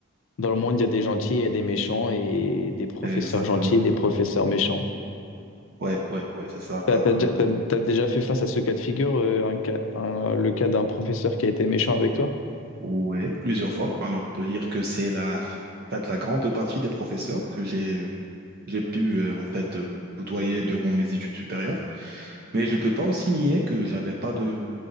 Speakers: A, on the left; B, on the right.
A: Dans le monde, il y a des gentils et des méchants, et des professeurs
B: Exactement.
A: gentils et des professeurs méchants.
B: Ouais, ouais, ouais, c'est ça. Par,
A: T'as, t'as déjà t'as- t'as déjà fait face à ce cas de figure, euh, un cas- un- le cas d'un professeur qui a été méchant avec toi?
B: Ouais, plusieurs fois. Alors, pour dire que c'est la, en fait, la grande partie des professeurs que j'ai, j'ai pu, euh, en fait, euh, côtoyer durant mes études supérieures. Mais je peux pas aussi nier que j'avais pas de,